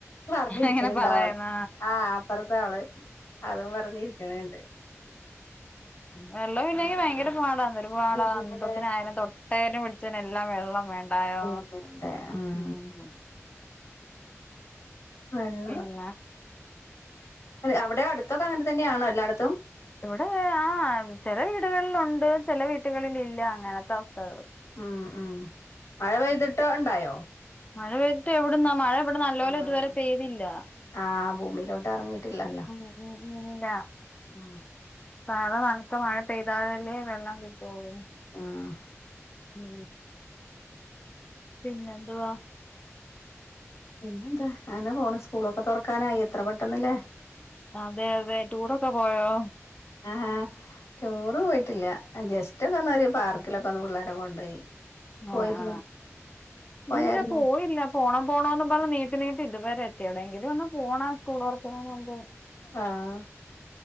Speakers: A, on the left; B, on the left.
A: പറഞ്ഞിരിക്കണണ്ട
B: അങ്ങനെ പറയുന്നു
A: അവൾ ആഹ് അപ്പുറത്തെ അവള് അതും പറഞ്ഞിരിക്കണണ്ട്
B: വെള്ളം ഇല്ലെങ്കി ഭയങ്കര പാടാ ഒരുപാടാ
A: പിന്നെ
B: അന്ധത്തിന് ആയിരം തൊട്ടായിരം പി അച്ഛന എല്ലാം വെള്ളം വേണ്ടായോ
A: ആണ്ട് ആഹ്
B: ഉ
A: വെള്ള
B: പിന്നെ
A: അവിടെ അടുത്തൊക്കെ അങ്ങനെ തന്നെയാണോ എല്ലായിടത്തും.
B: ഇവിടെ ആ ചെല വീടുകളിലുണ്ട്. ചെല വീട്ടുകളിൽ ഇല്ല അങ്ങനത്തെ അവസ്ഥകൾ
A: ഉം ഉം മഴ പെയ്തിട്ട് ഉണ്ടായോ
B: മഴ പെയ്തിട്ട് എവിടുന്നാ മഴ ഇവിടെ നല്ലലെ
A: ആഹ്
B: ഇതുവരെ പെയ്തില്ല
A: ആഹ് ഭൂമിയിലോട്ട് ഇറങ്ങിയിട്ടില്ലല്ലേ
B: <unintelligible> ഇല്ല
A: ആ
B: നളെ നനത്ത മഴ പെയ്താലല്ലേ വെള്ളം കിട്ടോള്ളൂ
A: ആഹ്
B: ഉ പിന്നെന്തുവാ
A: പിന്നെന്താ അങ്ങനെ പോണ് സ്കൂളൊക്കെ തൊറക്കാനായി എത്ര പെട്ടന്നല്ലേ
B: അതെ അതെ ടൂറൊക്കെ പോയോ
A: ആഹ ആഹ ടൂർ പോയിട്ടില്ല. ജസ്റ്റ് ഒക്കെ ഒന്നരു പാർക്കിലൊക്കെ ഒന്ന് പിള്ളേരെ കൊണ്ടോയി പോയിരുന്നു
B: ആഹ
A: പോയായിരുന്നോ
B: പിന്ന പോയില്ല പോണം പോണോന്ന് പറഞ്ഞ നീട്ട് നീട്ട് ഇതുവരെ എത്തി അവിടെ എങ്കും ഒന്ന് പോണ സ്കൂൾ തോർക്കാണെന്റെ മുൻപ്
A: ആഹ